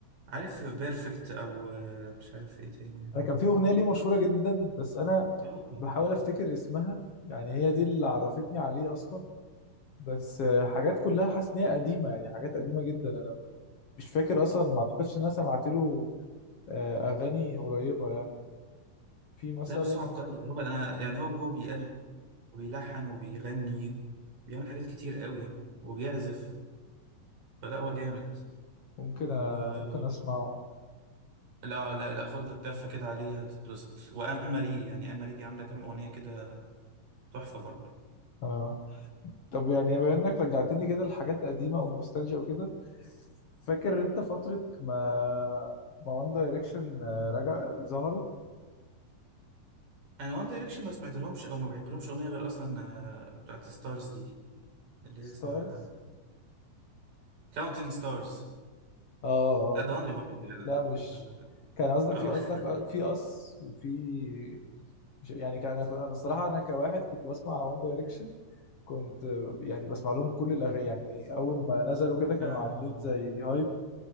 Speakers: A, on the right (about 70°); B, on the left (about 50°).
A: عارف بيرفكت أو آه، مش عارف إيه تاني يا
B: انا
A: ربي
B: كان في اغنيه ليه مشهوره جدا بس انا
A: آه
B: بحاول افتكر اسمها يعني هي دي اللي عرفتني عليه اصلا بس آه، حاجات كلها حاسس ان هي قديمه يعني حاجات قديمه جدا انا مش فاكر اصلا ما اعتقدش ان انا سمعت له آه، اغاني قريبه يعني في مثلا
A: لا بس هو عبقري ده هو أنا يعني هو هو بيقل وبيلحن وبيغني بيعمل حاجات كتير قوي يعني وبيعزف فلا هو جامد
B: ممكن
A: و
B: آه، ممكن اسمعه
A: لا لا لا خد لك لفة كده عليها تتبسط وآن ماري يعني آن ماري دي عاملة كام أغنية كده تحفة برضه
B: آه. طب يعني بما انك رجعتني كده لحاجات قديمه ونوستالجيا وكده فاكر انت فتره ما ما وان دايركشن رجع ظهروا
A: أنا وان دايركشن ما سمعت لهمش أو ما بحب لهمش أغنية غير أصلا آه، بتاعت ستارز دي اللي هي اسمها
B: ستارز
A: كاونتين ستارز
B: اه اه
A: لا ده
B: كان
A: وان ريبابليك يا جدع
B: لا مش
A: ده- ده-
B: كان قصدك
A: اه
B: في قصدك
A: <laughs>
B: في قص وفي مش- يعني كان انا أنا الصراحه انا كواحد كنت بسمع وان دايركشن كنت يعني بسمع لهم كل الاغاني يعني اول ما نزلوا كده
A: لا
B: كانوا عاملين
A: اه
B: زي هايب